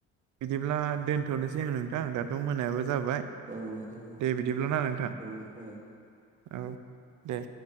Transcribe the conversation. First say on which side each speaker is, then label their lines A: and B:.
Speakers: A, on the right (about 75°); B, on the right (about 25°).
A: बिदिब्ला दोनथ'नोसै आं नोंथां दाथ' मोनायाबो जा जाबाय
B: औ नोंथां औ
A: दे बिदिब्ला ना नोंथां।
B: औ औ
A: औ दे।